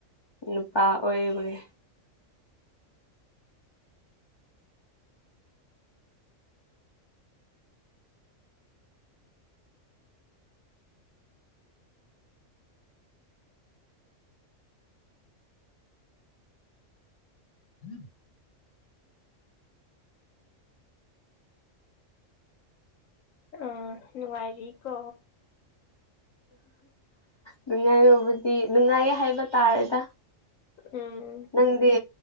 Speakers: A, on the left; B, on the left.
A: ꯅꯨꯄꯥ ꯑꯣꯏꯔꯤꯕꯅꯦ
B: ꯎꯝ ꯑ ꯉꯔꯤꯀꯣ
A: ꯅꯨꯡꯉꯥꯏꯔꯕꯨꯗꯤ ꯅꯨꯡꯉꯥꯏꯌꯦ ꯍꯥꯏꯕ ꯇꯥꯔꯦꯗ
B: ꯎꯝ
A: ꯅꯪꯗꯤ